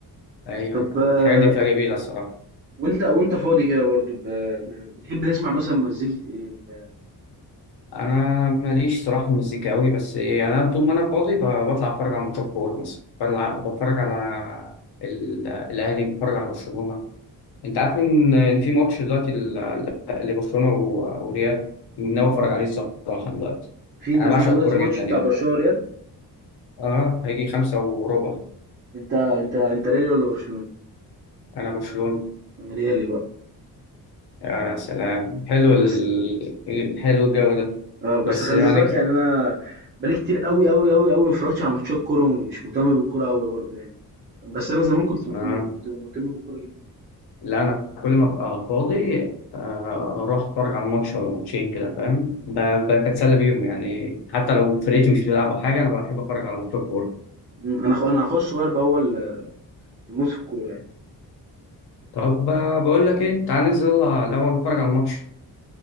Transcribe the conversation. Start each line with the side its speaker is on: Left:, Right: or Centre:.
Left: ايوه
Right: طب آه،
Left: الحاجات دي بتبقى جميله الصراحه
Right: وأنت وأنت فاضي كده برضه ب ب بتحب تسمع مثلًا مزيكة إيه بتاع
Left: انا ماليش صراحه في المزيكا قوي بس يعني انا طول ما انا فاضي ب- بطلع اتفرج على ماتشات كوره مثلا بلع- بتفرج على ال- الاهلي بتفرج على برشلونه انت عارف ان إن في ماتش دلوقتي لبرشلونه و- وريال ناوي اتفرج عليه الصراحه دلوقتي
Right: في
Left: انا
Right: د
Left: بعشق
Right: في دلوقتي
Left: الكوره جدا
Right: ماتش
Left: يعني
Right: بتاع برشلونة ريال
Left: اه هيجي خمسة وربع
Right: أنت أنت أنت ريالي والّا برشلوني؟
Left: انا برشلونه
Right: أنا ريالي بقى
Left: يا سلام حلو
Right: بس
Left: ال... حلو الجو ده
Right: آه،
Left: بس
Right: بس خلّي
Left: هنك
Right: بالك يعني أنا بقى لي كتير أوي، أوي، أوي، أوي ما اتفرّجتش على ماتشات كورة ومش مهتم بالكورة أوي برضه يعني، بس أنا زمان كنت
Left: آه.
Right: مهتم كنت مهتم بالكورة جدًا،
Left: لا انا كل ما ابقى فاضي آه، اروح اتفرج على ماتش ولا ماتشين كده فاهم ب... ب... بتسلى بيهم يعني حتى لو فرقتي مش بتلعب او حاجه انا بحب اتفرج على ماتشات كوره
Right: إمم، أنا أخو أنا أخويا الصغير بقى هو ال الموس في الكورة يعني،
Left: طب آه، بقول لك ايه تعال ننزل يلا الاول نتفرج على الماتش